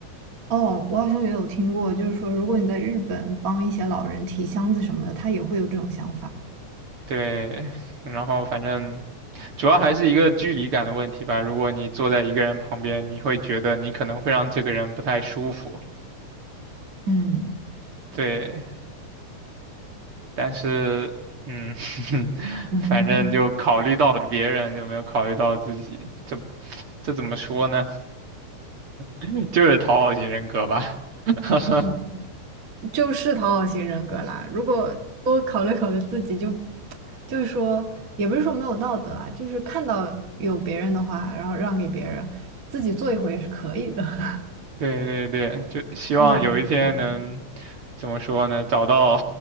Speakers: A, on the right; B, on the right.
A: 哦，我好像也有听过，就是说，如果你在日本帮一些老人提箱子什么的，他也会有这种想法。
B: 对，然后反正主要还是一个距离感的问题吧。如果你坐在一个人旁边，你会觉得你可能会让这个人不太舒服。
A: 嗯
B: 对，但是嗯，<laughs>
A: 嗯嗯
B: 反正就考虑到了别人，就没有考虑到自己。这这怎么说呢？<laughs> 就是讨好型人格吧。<laughs>
A: 嗯，<laughs> 就是讨好型人格啦。如果多考虑考虑自己，就就是说，也不是说没有道德啊，就是看到有别人的话，然后让给别人，自己做一回也是可以的。<laughs>
B: 对对对，就希望有一天能
A: 我想自己干。
B: 怎么说呢，找到